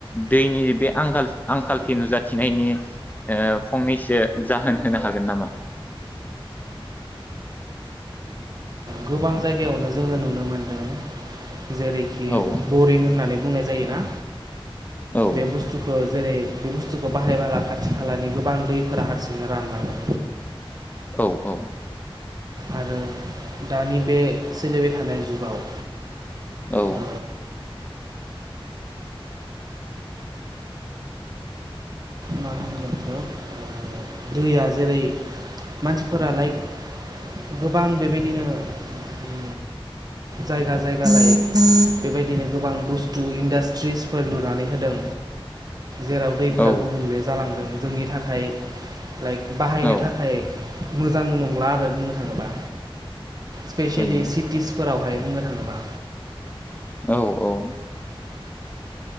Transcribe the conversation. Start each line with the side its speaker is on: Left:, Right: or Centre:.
Left: दैनि बे आंखाल आंखालथि नुजाथिनायनि ओ फंनैसो जाहोन होनो हागोन नामा?
Right: गोबां जायगायावनो जोङो नुनो मोनदों जेरैखि
Left: औ
Right: बरिं होननानै बुंनाय जायोना
Left: औ
Right: बे बुस्थुखो जेरै बे बुस्थुखौ बाहायबाला खाथि खालानि गोबां दैफोरा हारसिंनो रानलाङो।
Left: औ औ
Right: आरो दानि बे सोलिबाय थानाय जुगाव
Left: औ
Right: ओ मा होनगोन बेखौ ओ दैया जेरै मानसिफोरा लाइक गोबां बेबायदिनो उम जायगा जायगा लाइक बेबायदिनो गोबां बुस्थु इन्दास ट्रिस फोर लुनानै हो दों जेराव दैफोरा
Left: औ
Right: गुबुंले जालांदों। जोंनि थाखाय लाइक बाहायनो
Left: औ
Right: थाखाय मोजां नंला आरो बुंनो थाङोबा। स्पेसियेलि
Left: थारैनो
Right: सिटिसफोरावहाय बुंनो थाङोबा
Left: औ औ